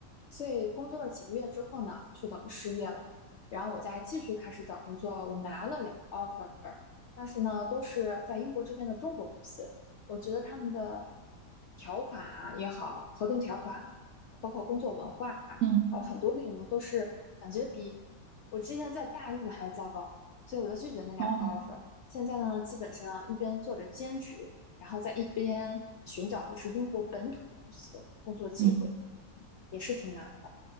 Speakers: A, on the left; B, on the right.
A: 所以工作了几个月之后呢，就等于失业了。然后我再继续开始找工作，我拿了两个 offer，但是呢，都是在英国这边的中国公司，我觉得他们的条款啊也好，合同条款啊，包括工作文化。
B: 嗯，
A: 好，很多内容都是感觉比我之前在大陆还要糟糕，所以我就拒绝那两个
B: 哦，
A: offer。现在呢，基本上一边做着兼职，然后在一边寻找就是英国本土公司的工作机会，
B: 嗯。
A: 也是挺难的。